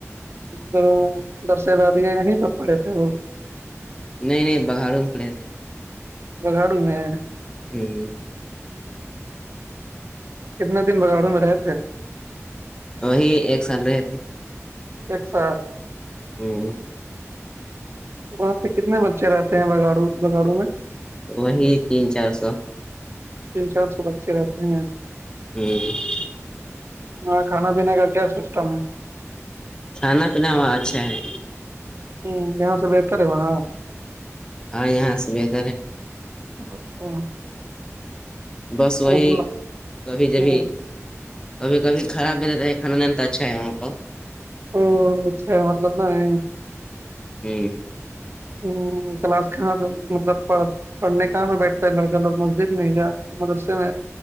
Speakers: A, on the right; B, on the left.
A: در درسل آاد ہے یہیں پر پڑے تھے روز
B: نہیں نہیں بگھاروں میں کھڑے تھے
A: بگاڑوں میں
B: ہمم
A: کتنے دن بگاڑوں میں رہے تھے
B: ہی ایک سال رہے تھے
A: ایک سال
B: ہمم
A: وہاں پہ کتنے بچے رہتے ہیں بگاڑو بگاڑو میں
B: وہی تین چار سو
A: تین چار سو بچے رہتے ہیں
B: ہممم
A: ہاں کھانا پینے کا کیا سسٹم ہے
B: کھانا پینا ہوا اچھا ہے
A: ہمم یہاں سے بہتر ہے وہاں
B: ہاں یہاں سے بہتر ہے
A: <inaudible>
B: بس
A: اتنا
B: وہی کبھی جبھی
A: تو
B: کب کھی خراب بھیتا ہے کانا اچھا ہے وہاں پہ
A: او ح ل میں
B: ج
A: ہمم کلاس کہاں پہ مطلب پڑھ پڑھنے کااں میں بیٹھتا ہے لڑکا لوگ مسجد میں جا مدرسے میں